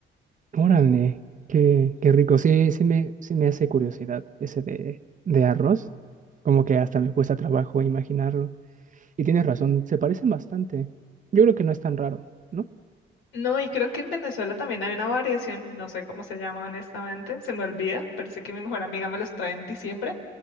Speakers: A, on the right (about 40°); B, on the left (about 90°).
A: Órale, qué, qué rico. Sí, sí me, sí me hace curiosidad ese de, de arroz. Como que hasta me cuesta trabajo imaginarlo. Y tienes razón, se parecen bastante. Yo creo que no es tan raro, ¿no?
B: No, y creo que en Venezuela también hay una variación, no sé cómo se llama honestamente, se me olvida, pero sé que mi mejor amiga me los trae en diciembre.